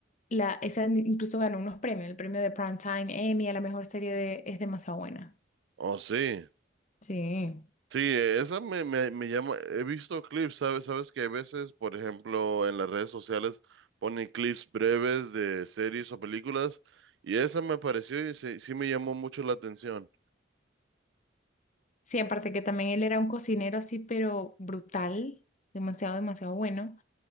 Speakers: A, on the left; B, on the right.
A: la, esa incluso ganó unos premios, el premio de Primetime Emmy a la mejor serie de, es demasiado buena.
B: oh, sí.
A: Sí.
B: Sí, esa me, me, me llama, he visto clips, ¿sabes? Sabes que a veces, por ejemplo, en las redes sociales ponen clips breves de series o películas y esa me pareció y sí, sí me llamó mucho la atención.
A: Sí, aparte que también él era un cocinero así, pero brutal, demasiado, demasiado bueno.